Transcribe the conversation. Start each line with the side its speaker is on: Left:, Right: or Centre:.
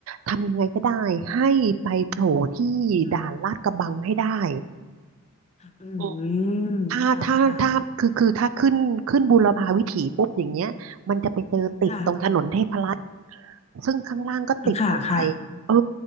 Right: ทำยังไงก็ได้ให้ไปโผล่ที่ด่านลาดกระบังให้ได้
Left: ค่ะอื
Right: อืม
Left: มค่ะค่ะ
Right: ถ้าถ้าถ้าคือคือถ้าขึ้นขึ้นบูรพาวิถีปุ๊บอย่างเงี้ยมันจะไปเจอติดตรงถนนเทพรัตน์
Left: ค่ะ
Right: ซึ่งข้างล่างก็ติดบันไล
Left: ค่ะค่ะ
Right: เออ